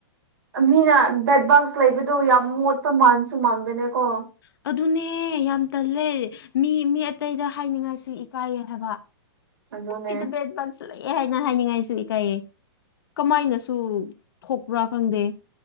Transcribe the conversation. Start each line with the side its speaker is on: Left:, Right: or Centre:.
Right: ꯃꯤꯅ ꯕꯦꯠ ꯕꯥꯛꯁ ꯂꯩꯕꯗꯣ ꯌꯥꯝ ꯃꯣꯠꯄ ꯃꯥꯟꯁꯨ ꯃꯥꯟꯕꯅꯦꯀꯣ
Left: ꯑꯗꯨꯅꯦ ꯌꯥꯝ ꯇꯜꯂꯦ ꯃꯤ ꯃꯤ ꯑꯇꯩꯗ ꯍꯥꯏꯅꯤꯡꯉꯥꯏꯁꯨ ꯏꯀꯥꯏꯌꯦ ꯍꯥꯏꯕ
Right: ꯑꯗꯨꯅꯦ
Left: <unintelligible> ꯂꯥꯟꯁꯤꯜꯂꯛꯑꯦ ꯍꯥꯏꯅ ꯍꯥꯏꯅꯤꯡꯉꯥꯏꯁꯨ ꯏꯀꯥꯏꯌꯦ ꯀꯃꯥꯏꯅꯁꯨ ꯊꯣꯛꯄ꯭ꯔꯥ ꯈꯪꯗꯦ